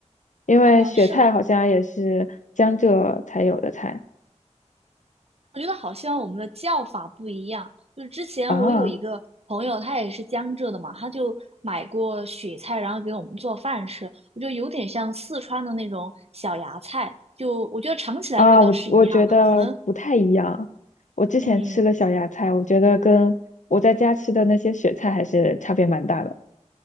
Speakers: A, on the left; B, on the right.
A: 因为雪菜好像也是江浙才有的菜
B: 嗯，是的，我觉得好像我们的叫法不一样。就是之前我有一个朋友，
A: 啊
B: 他也是江浙的嘛，他就买过雪菜，然后给我们做饭吃。我觉得有点像四川的那种小芽菜，就我觉得尝起来味道是一样的。
A: 啊，我我觉得不太一样，
B: 可能，
A: 我之前吃了小芽菜，
B: 嗯，
A: 我觉得跟我在家吃的那些雪菜还是差别蛮大的